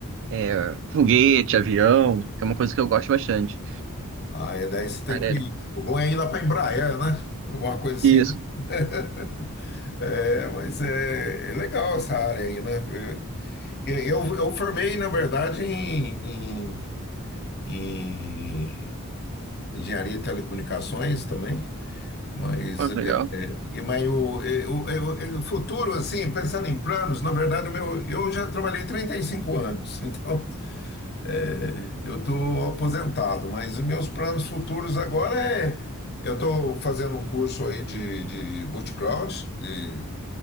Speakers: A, on the right; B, on the left.
A: é, foguete, avião, que é uma coisa que eu gosto bastante.
B: Ah, é daí você tem
A: Aré-
B: que. ir. O bom é ir lá para Embraer, né? Alguma coisa assim.
A: Isso.
B: né? <laughs> É, mas é, é legal essa área aí, né? Eu, eu, eu formei, na verdade, em, em, em engenharia e telecomunicações também. Mas,
A: Pô,
B: é,
A: que legal.
B: e- mas eu, eu, eu, eu- futuro, assim, pensando em planos, na verdade, o meu, eu já trabalhei 35 anos, <laughs> então é, eu estou aposentado, mas os meus planos futuros agora é. Eu estou fazendo um curso aí de, de multicloud, de